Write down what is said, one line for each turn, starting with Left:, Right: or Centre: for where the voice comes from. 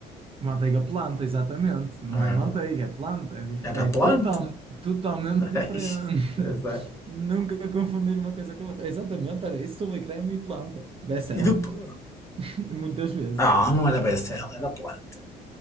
Right: Manteiga planta, exatamente. Não
Left: Era,
Right: é manteiga, é planta, é, dif-
Left: era
Right: é
Left: planta.
Right: total, totalmente
Left: <laughs>
Right: diferente.
Left: Ixi, é sério.
Right: <laughs> Nunca confundir uma coisa com a outra. Exatamente, era isso, tule creme e planta. Becel.
Left: E depois,
Right: <laughs> Muitas vezes.
Left: ah, não era becel, era planta.